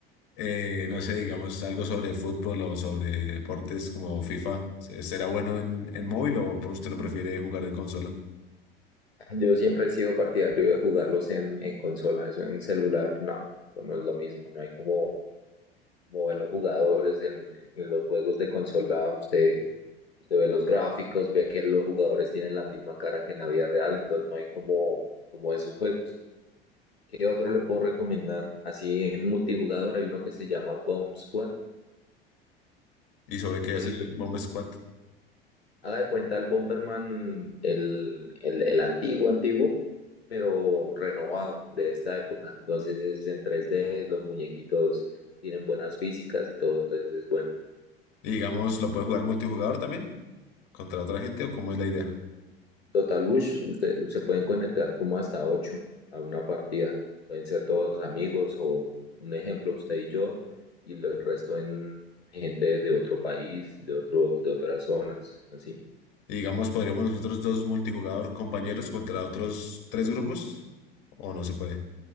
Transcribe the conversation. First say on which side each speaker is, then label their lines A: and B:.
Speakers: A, on the left; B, on the left.
A: eh, no sé, digamos algo sobre fútbol o sobre deportes como FIFA. ¿se- ¿Será bueno en, en móvil o por- usted lo prefiere jugar en consola?
B: <laughs> Yo siempre he sido partidario de jugarlos en, en consola, eso en celular, no, eso no es lo mismo, no hay como mover los jugadores en, en los juegos de consola, usted se ve los gráficos, ve que los jugadores tienen la misma cara que en la vida real, entonces no hay como, como esos juegos. ¿Qué otro le puedo recomendar? Así en multijugador hay uno que se llama Bomb Squad,
A: ¿Y sobre
B: es un
A: qué
B: jueguito.
A: es el Bomb Squad?
B: Haga de cuenta el Bomberman, el, el, el antiguo, antiguo, pero renovado de esta época. Entonces es en 3D, los muñequitos tienen buenas físicas y todo, entonces es bueno.
A: Y digamos, ¿lo puede jugar multijugador también? ¿Contra otra gente o cómo es la idea?
B: Total Bush, usted, se pueden conectar como hasta ocho a una partida. Pueden ser todos amigos o un ejemplo, usted y yo, y lo- el resto en gente de otro país, de otro, de otras zonas, así.
A: Y digamos, ¿podríamos nosotros dos multijugador compañeros contra otros tres grupos? ¿O no se puede?